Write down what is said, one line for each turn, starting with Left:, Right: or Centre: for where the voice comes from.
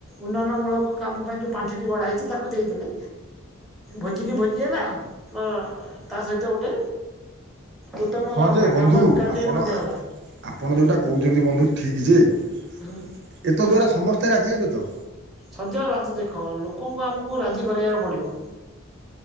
Centre: ଉନ୍ନୟନମୂଳକ କାମ ପାଇଁ ଯେଉଁ ପାଣ୍ଠିଟି ଗଡ଼ା ହେଇଚି ତାକୁ ଦେଇଦେଲେ ଭୋଜିିକି ଭୋଜି ହେଲା ପ୍ଲ-ତା ସହିତ ଗୋଟେ ଉତ୍ତମ
Right: ହଁ ଯେ ବନ୍ଧୁ
Centre: କାମ କାର୍ଯ୍ୟ
Right: ଆପଣ
Centre: ମଧ୍ୟ
Right: ଆ-ଆପଣ
Centre: ହେଲା
Right: ଯୋଉଟା କୋହୁଚନ୍ତି ବନ୍ଧୁ ଠିକି ଯେ ଏତଦ
Centre: ହୁଁ
Right: ଦ୍ଵାରା ସମସ୍ତେ ରାଜି ହେବେ ତ?
Centre: ସଜବାଜ ଦେଖ ଲୋକଙ୍କୁ ଆମକୁ ରାଜି କରେଇବାକୁ ପଡିବ।